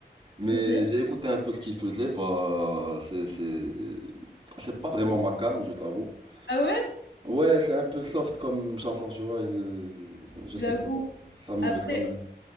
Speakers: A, on the right; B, on the left.
A: Mais
B: Ok.
A: j'ai écouté un peu ce qu'il faisait, bah, c'est, c'est, c'est pas vraiment ma came, je t'avoue.
B: Ah ouais?
A: Ouais, c'est un peu soft comme chanson, tu vois, il- je
B: J'avoue.
A: sais pas. Ça me,
B: Après,
A: ça me,